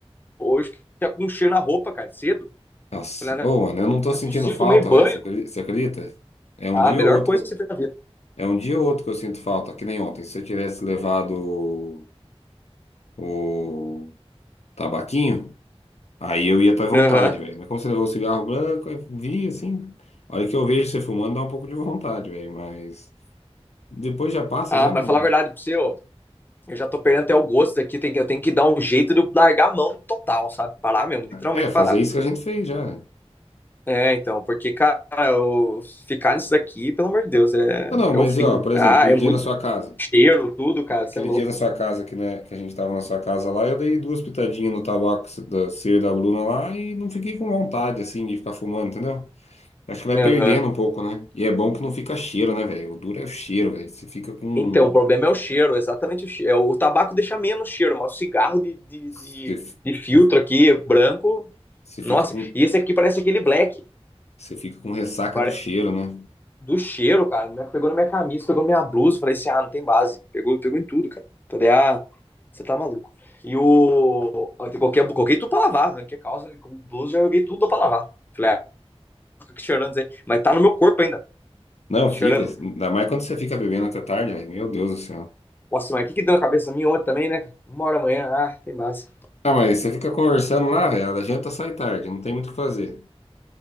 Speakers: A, on the left (about 20°); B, on the left (about 90°).
A: hoje já com um cheiro na roupa, cara, cedo.
B: Nossa.
A: Falei, ah, não
B: Ô, mano, eu não tô sentindo
A: é possível,
B: falta,
A: tomei banho.
B: velho. Você acredi- você acredita? É um
A: Ah,
B: dia
A: a melhor
B: ou outro.
A: coisa
B: que eu-
A: que você fez na vida.
B: É um dia ou outro que eu sinto falta, que nem ontem. Se eu tivesse levado o, o tabaquinho. Aí eu ia até vontade,
A: Aham.
B: velho. Mas como você levou o cigarro branco, eu vi assim. A hora que eu vejo você fumando, dá um pouco de vontade, velho. Mas depois já passa,
A: Ah,
B: já
A: mas
B: não.
A: falar a verdade pra você, ó, eu já tô perdendo até o gosto daqui, tem que, eu tenho que dar um jeito de eu largar a mão total, sabe? Parar mesmo, literalmente
B: É, é,
A: parar.
B: fazer isso que a gente fez já. né?
A: É, então, porque, cara, eu- ficar nisso daqui, pelo amor de Deus, é,
B: Não, não,
A: é
B: mas
A: o fim.
B: ó, por exemplo,
A: Ah,
B: aquele
A: é
B: dia
A: muito
B: na sua casa.
A: Cheiro, tudo, cara,
B: Aquele
A: isso é louco.
B: dia na sua casa que, né, que a gente tava na sua casa lá, eu dei duas pitadinhas no tabaco da C e da Bruna lá e não fiquei com vontade, assim, de ficar fumando, entendeu? Acho que vai
A: Aham.
B: perdendo um pouco, né? E é bom que não fica cheiro, né, velho? O duro é o cheiro, velho. Você fica com.
A: Então, o problema é o cheiro, exatamente o cheiro. É, O tabaco deixa menos cheiro, mas o cigarro de, de,
B: Você
A: de, de filtro
B: você-
A: aqui, branco,
B: você
A: nossa,
B: fica com
A: e esse aqui parece aquele black.
B: Você fica com ressaca
A: pare-
B: do cheiro, né?
A: Do cheiro, cara. né? Pegou na minha camisa, pegou na minha blusa. Falei assim, ah, não tem base. Pegou, pegou em tudo, cara. Falei, ah, você tá maluco. E o. Eu coloquei, coloquei tudo pra lavar. Arranquei a calça, com blusa, já joguei tudo pra lavar. Falei, ah, fica cheirando isso aí. Mas tá no meu corpo ainda,
B: Não,
A: cheirando.
B: fica. Ainda mais quando você fica bebendo até tarde, velho. Meu Deus do céu.
A: Nossa, mas o que que deu na cabeça minha ontem também, né? cara? Uma hora amanhã, ah, tem base.
B: Ah, mas você fica conversando lá, velho. A janta sai tarde, não tem muito o que fazer.